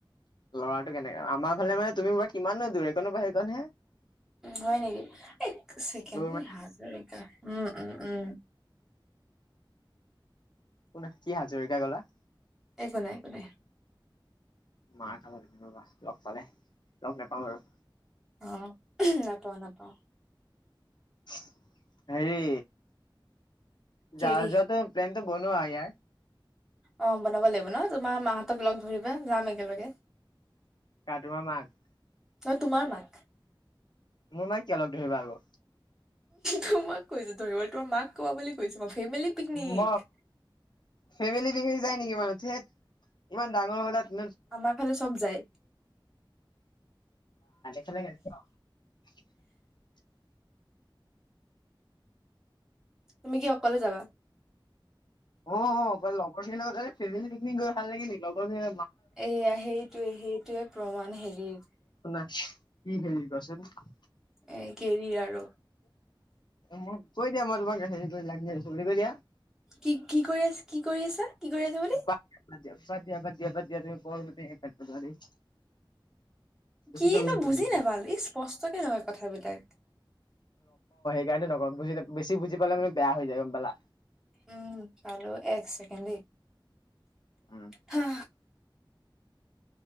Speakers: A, on the left (about 55°); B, in the centre.
A: ল'ৰাটো কেনেক আমাৰ ফালে মানে তুমি কিমাননো দূৰ এইকনৰ পৰা সেইকনহে
B: হয় নেকি এক ছেকেণ্ড
A: দৌৰ
B: নি উম উম উম।
A: কোন কি হাজৰিকা ক'লা।
B: একো নাই একো নাই।
A: মা খাবা তুমি ৰবা লগ পালে লগ নাপাওঁ আৰু।।
B: অ নাপাওঁ নাপাওঁ।
A: <inaudible> হেৰি
B: কেৰি
A: যা যোৱাটো প্লেন। বনোৱা ইয়াৰ।
B: অ বনাব লাগিব ন তোমাৰ মাহঁতক লগ ধৰিবা যাম একেলগে।
A: কা তোমাৰ মাক।
B: ন তোমাৰ মাক।
A: মোৰ মাইে কি অলপ ধৰিবা আকৌ।
B: তোমাক কৈছোঁ ধৰিবলে তোমাৰ মাক কোৱা বুলি কৈছোঁ মই। ফেমিলি পিকনিক
A: ম ফেমিলি পিকনিক যায় নেকি বাৰু থেত। ইমান ডাঙৰ হ'লা। কিখ
B: আমাৰ ফালে চব যায়
A: <unintelligible>
B: তুমি কি অকলে যাবা।
A: অ অ লগৰখিনি লগত ফেমিলি পিকনিক গৈ ভাল লাগে নি লগৰখিনি।
B: এইয়া সেইটোৱে সেইটোৱে প্ৰমাণ হেৰিৰ ।
A: না কি হেৰি কোৱাচোন ।
B: এ কেৰিৰ আৰু
A: মোক কৈ দিয়া মই তোমাক মেছেজত লাইন দি আছো বুলি কৈ দিয়া ।
B: কি কি কৰি আছে কি কৰি আছে । কি কৰি আছে বুলি ।
A: বাদ দিয়া বাদ দিয়া বাদ দিয়া বাদ দিয়া বাদ দিয়া তুমি <unintelligible>
B: কিনো
A: দাম দি দিয়ে।
B: বুজি নেপালো ই স্পষ্টকে নকয় কথাবিলাক ।
A: সেই কাৰনে নকও বুজি বেছি বুজি পালে মানে বেয়া হৈ যায় গম পালা
B: উম পালো এক চেকেণ্ড দে
A: উম।
B: হা